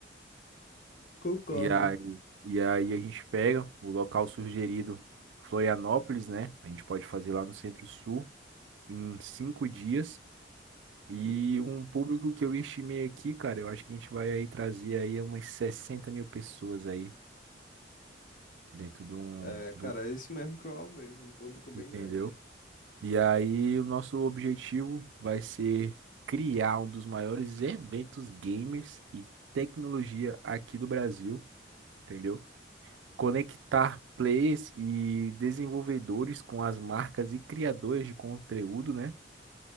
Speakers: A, on the left; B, on the right.
A: concordo.
B: E aí, e aí a gente pega o local sugerido, Florianópolis, né? A gente pode fazer lá no Centro-Sul em cinco dias. E
A: Uhum.
B: um público que eu estimei aqui, cara, eu acho que a gente vai aí trazer aí umas 60 mil pessoas aí dentro de um,
A: É, cara,
B: de um,
A: é isso mesmo que eu almejo, um público bem
B: entendeu?
A: grande.
B: E aí o nosso objetivo vai ser criar um dos maiores eventos gamers e tecnologia aqui do Brasil, entendeu? conectar players e desenvolvedores com as marcas e criadores de conteúdo, né?